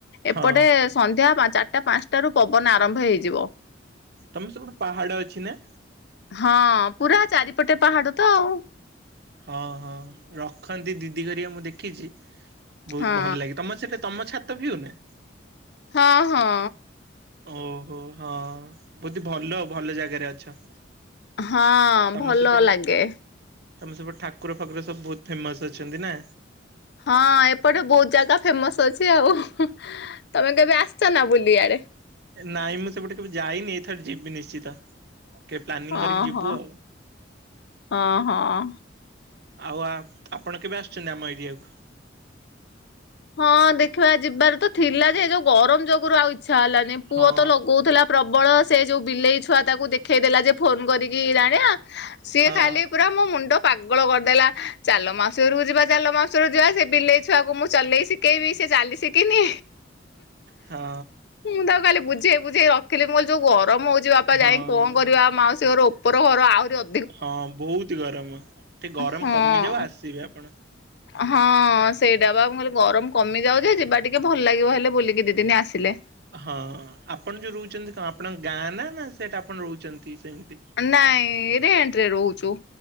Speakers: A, on the right (about 60°); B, on the left (about 65°).
A: ହଁ
B: ଏପଟେ ସନ୍ଧ୍ୟା ଚାରିଟା ପାଞ୍ଚଟାରୁୁ ପବନ ଆରମ୍ଭ ହେଇଯିବ।
A: ତମ ସେପଟେ ପାହାଡ ଅଛି ନା?
B: ହଁ, ପୁରା ଚାରିପଟେ ପାହାଡ ତ ଆଉ।
A: ହଁ ହଁ ରଖନ୍ତି ଦିଦି କରିବା ମୁଁ ଦେଖିଛି। ବହୁତ
B: ହଁ
A: ଭଲ ଲାଗେ ତମର ସେଟା ତମ ଛାତ ଭିୟୁ ନା?
B: ହଁ ହଁ।
A: ଓହୋ ହଁ ବହୁତ ଭଲ ଭଲ ଜାଗାରେ ଅଛ।
B: ହଁ
A: ତମ
B: ଭଲ
A: ସେପଟେ
B: ଲାଗେ।
A: ତମ ସେପଟେ ଠାକୁର ଫାକୁର ସବୁ ବହୁତ ଫେମସ୍ ଅଛନ୍ତି ନା?
B: ହଁ ଏପଟେ ବହୁତ ଜାଗା ଫେମସ୍ ଅଛି। ଆଉ ତମେ କେବେ ଆସିଛ ନା ବୁଲିବ ଇଆଡେ?
A: ନାଇଁ ମୁଁ ସେପଟେ କେବେ ଯାଇନି ଏଥର ଯିବି ନିଶ୍ଚିତ। କେବେ ପ୍ଲାନିଂ
B: ହଁ
A: କରିକି ଯିବୁ
B: ହଁ
A: ଆଉ।
B: ହଁ ହଁ।
A: ଆଉ ଆ ଆପଣ କେବେ ଆସୁଛନ୍ତି ଆମ ଏରିଆକୁ?
B: ହଁ ଦେଖିବା ଯିବାରେ ତ ଥିଲା ଯେ ଏ ଯୋଉ ଗରମ ଯୋଗୁରୁ ଆଉ ଇଚ୍ଛା ହେଲାନି ପୁଅ
A: ହଁ
B: ତ ଲଗଉଥିଲା। ପ୍ରବଳ ସେ ଯୋଉ ବିଲେଇ ଛୁଆଟାକୁ ତାକୁ ଦେଖ ଉଠେଇଦେଲା ଯେ ଫୋନ୍ କରିକି ରାଣିଆ ସିଏ
A: ହଁ
B: ଖାଲି ପୁରା ମୋ ମୁଣ୍ଡ ପାଗଳ କରିଦେଲା। ଚାଲ ମାଉସୀ ଘରକୁ ଯିବା ଚାଲ ମାଉସୀ ଘରକୁ ଯିବା ସେ ବିଲେଇ ଛୁଆକୁ ମୁ ଚଲେଇ ଶିଖେଇବି ସେ ଚାଲି ଶିଖିନି।
A: ହଁ।
B: ମୁଁ ତାକୁ ଖାଲି ବୁଝେଇ ବୁଝେଇ ରଖିଲି ମୁଁ କହିଲି ଯୋଉ ଗରମ ହଉଛି ବାପା
A: ହଁ
B: ଯାଇ କଣ କରିବା ମାଉସୀ ଘରକୁ। ଉପର ଘର ଆହୁରି ଅ
A: ହଁ ବହୁତ ଗରମ ଟିକେ ଗରମ
B: ହଁ
A: କମିଯାଉ ଆସିବେ ଆପଣ।
B: ହଁ ସେଇଟା ବା ମୁଁ କହିଲି ଗରମ କମି ଯାଉଛ ଯିବା ଟିକେ ଭଲ ଲାଗିବ ହେଲେ ବୁଲିକି ଦିଦିନି ଆସିଲେ।
A: ହଁ ଆପଣ ଯୋଉ ରହୁଛନ୍ତି କଣ ଆପଣଙ୍କ ଗାଁ ନା ନା ସେଟା ଆପଣ ରହୁଛନ୍ତି ସେମିତି?
B: ନାଇଁ ରେଣ୍ଟ୍ ରେ ରହୁଛୁ।